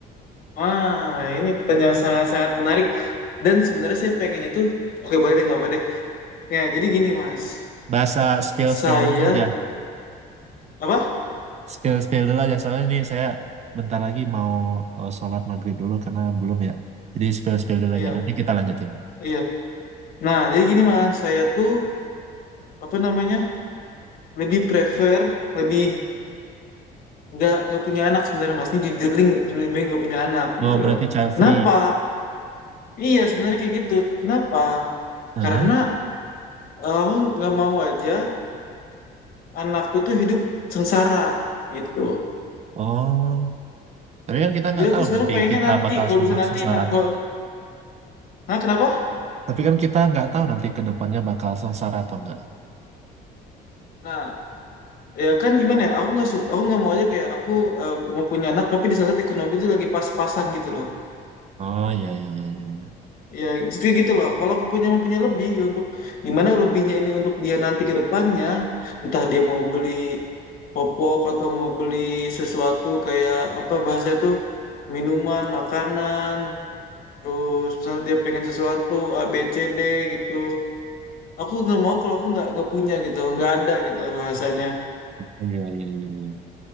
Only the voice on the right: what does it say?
Bahasa spill
spill dulu aja,
spill spill dulu aja. Soalnya ini saya bentar lagi mau eh, sholat maghrib dulu karena belum ya. Jadi spill spill dulu
aja. Nanti kita lanjutin.
Oh berarti
child
free.
Hah?
Oh, tapi kan kita nggak
tahu
nanti
kita
bakal
sesa-
sengsara
atau
enggak.
Tapi kan kita nggak tahu nanti ke depannya bakal sengsara atau enggak.
Oh iya iya iya iya
Oh, iya iya iya iya.